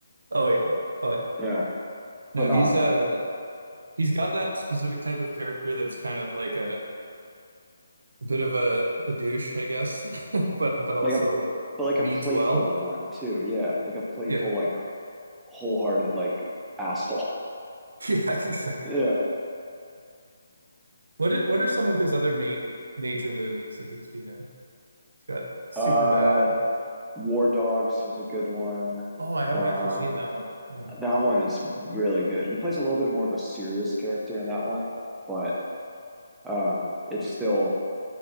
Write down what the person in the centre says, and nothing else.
Yeah,
phenomenal.
Like a
but like
a playful
one too. Yeah, like a playful,
like wholehearted, like asshole. <laughs>
Yeah.
Uh, War Dogs was a good one.
Um,
That one is really good. He plays a little bit more of a serious character in that one, but um, it's still